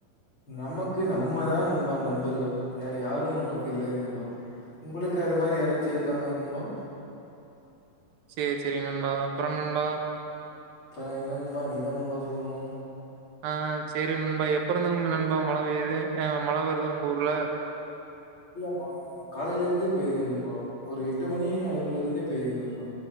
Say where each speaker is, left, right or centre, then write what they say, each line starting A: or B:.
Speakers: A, on the left; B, on the right.
A: நமக்கு நம்மதா நண்பா நண்பர்கள் வேற யாரும் நம் உனக் இல்லையா நண்பா உங்களுக்கு அது மாரி யாராச்சி இருக்காங்களா நண்பா
B: செரி செரி நண்பா அப்பறொ நண்பா
A: இப்ப என்ன நண்பா நீதா நண்பா சொல்லணு
B: ஆ செரி நண்பா எப்ப இருந்து நண் நண்பா மழ பெய்து அஹ் மழ வருது உங்க ஊர்ல
A: இல்ல மா காலையில இருந்தே பேயுதே நண்பா ஒரு எட்டு மணி அளவுல இருந்தே பெயுதே நண்பா